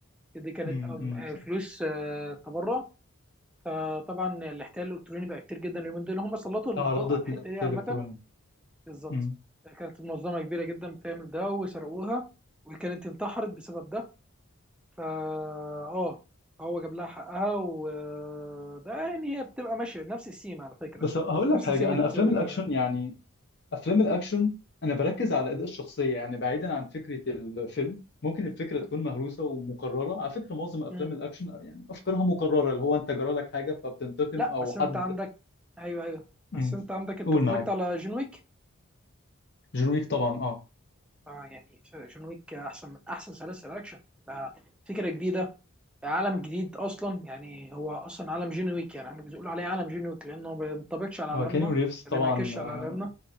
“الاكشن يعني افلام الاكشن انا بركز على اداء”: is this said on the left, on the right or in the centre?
Left